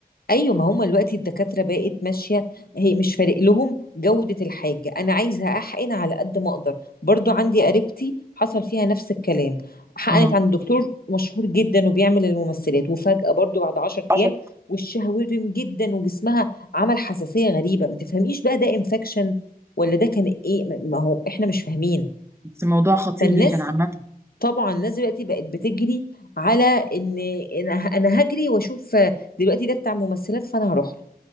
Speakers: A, on the left; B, on the right.
A: ايوه ما هم دلوقتي الدكاتره بقت ماشيه هي مش فارق لهم جوده الحاجه انا عايزه احقن على قد ما اقدر برضو عندي قريبتي حصل فيها نفس الكلام حقنت
B: اه
A: عند دكتور مشهور جدا وبيعمل الممثلات وفجاه برضو بعد 10
B: عشان
A: ايام وشها ورم جدا وجسمها عمل حساسيه غريبه ما تفهميش بقى ده انفكشن ولا ده كان ايه ما هو احنا مش فاهمين
B: بس الموضوع خطير
A: فالناس
B: جدا عامه
A: طبعا الناس دلوقتي بقت بتجري على ان إن انا هجري واشوف دلوقتي ده بتاع ممثلات فانا هروح